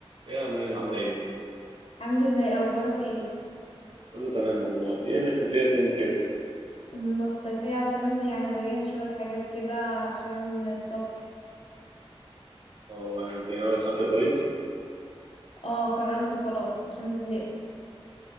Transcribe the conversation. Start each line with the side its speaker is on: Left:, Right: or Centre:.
Right: يا مان عاملة ايه؟
Left: الحمد لله إيه اخبارك ايه
Right: كله تمام والله، ايه مختفية فين كده؟
Left: مختفية عشان يعني بجهز شوية حاجات كده عشان السفر
Right: اه انت ناوية تسافري قريب؟
Left: اه قررت خلاص عشان زهقت